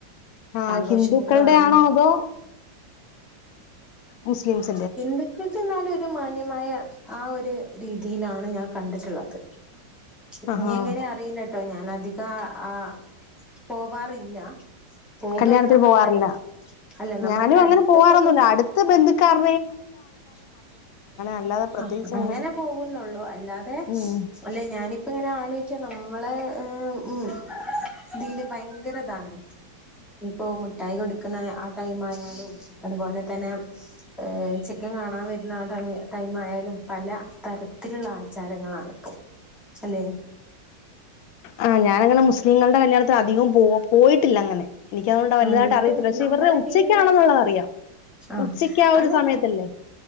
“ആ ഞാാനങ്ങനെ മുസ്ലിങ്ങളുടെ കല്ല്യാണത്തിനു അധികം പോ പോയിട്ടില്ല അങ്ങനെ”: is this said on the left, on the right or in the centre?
Left